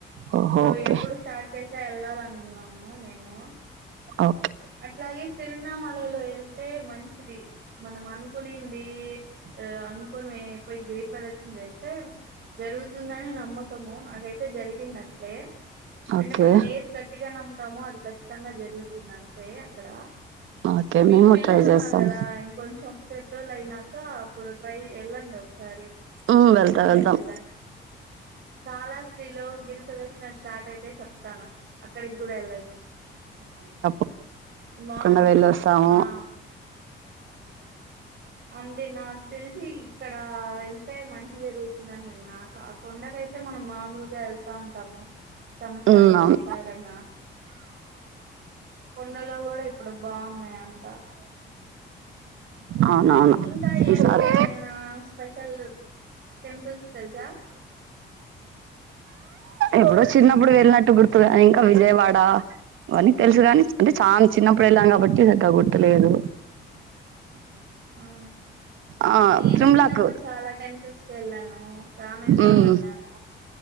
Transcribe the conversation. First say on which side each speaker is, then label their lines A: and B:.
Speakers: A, on the right (about 80°); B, on the right (about 60°).
A: ఓహో
B: సో
A: ఓకే
B: ఎప్పుడు స్టార్ట్ చేసా వెళ్ళాలనున్నాము మేము
A: ఓ
B: అట్లాగే తిరుణమలైలో వెళ్తే మంచిది మనం అనుకునింది అనుకోని పోయి గరిప్ ప్రదక్షిణ చేస్తే జరుగుతుందని నమ్మకము నాకు అ జరిగినట్లే
A: ఓకే
B: అంటే మనం ఏది గట్టిగా నమ్ముతామో అది కచ్చితంగా జరుగు న్నా రే అక్కడ
A: ఓకే
B: మీకు
A: మేము
B: పిల్లలు
A: ట్రై
B: ఉన్నారు
A: చేస్తాం
B: కదా ఇంకొంచెం పెద్దోళ్ళు అయినాక అప్పుడు ట్రై ఏళ్లండి ఒక సారి
A: ఉమ్,
B: ముక్కొనేసి
A: వెళ్తాం వెళ్తాం
B: వెళ్ళండి కాల హ స్త్రీలో గిరి ప్రదక్షిణ స్టార్ట్ అయితే చెప్తాను అక్కడికి కూడా వెళ్ళండి
A: తప్పకుండా
B: బాగుంటు
A: వెళ్ళొస్తాము
B: ఆ అంతే నాకు తెలిసి ఇక్కడ వెళ్తే మంచి జరుగుతుందని విన్నా కాకుండడాక అయితే మనం మామూలుగా వెళ్తా ఉంటాము సంవత్సరానికి
A: ఉమ్ అవును
B: కొకసారి అన్న కొండలో కూడా ఇప్పుడు బాగున్నాయ అంట
A: అవునవును
B: ఇంకా ఏం
A: ఈసారి
B: ఏమైనా స్పెషల్ టెంపుల్స్ తెలుసా
A: ఎప్పుడో చిన్నప్పుడు వెళ్ళినట్టు గుర్తు కానీ ఇంకా విజయవాడ అవన్నీ తెలుసు కాని అంటే చాన చిన్నప్పుడు వెళ్ళాం కాబట్టి సగ్గా గుర్తులేదు
B: ఆ
A: ఆ
B: నేను
A: తిరుమలకు
B: చిన్నప్పుడు చాలా టెంపుల్స్ కి వెళ్ళాను రామేశ్వరం
A: ఉమ్
B: వెళ్ళాను